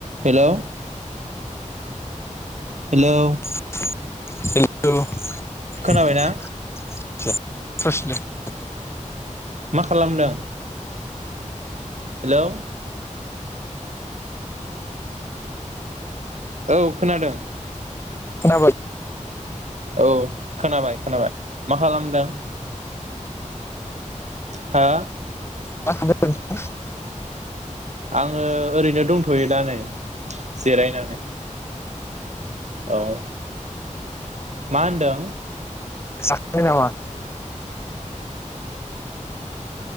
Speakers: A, on the right; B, on the left.
A: हेल'। Hello.
B: hello.
A: खोनाबायना माथो खालामदों। हेल'। औ खोनादों।
B: खोनाबाय।
A: औ खोनाबाय खोनाबाय मा खालामदों। हा।
B: मा खालामदों? <inaudible>
A: आङो ओरैनो दंथ'यो दा नै जिरायनानै। औ मा होनदों?
B: जाखांबाय नामा?